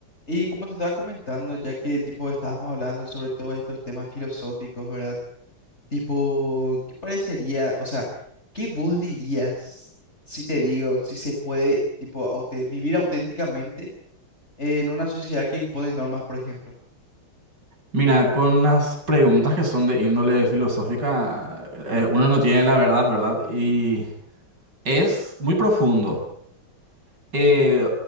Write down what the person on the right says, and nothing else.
Mira, con las preguntas que son de índole filosófica, eh, uno no tiene la verdad, ¿verdad? Y es muy profundo. Eh,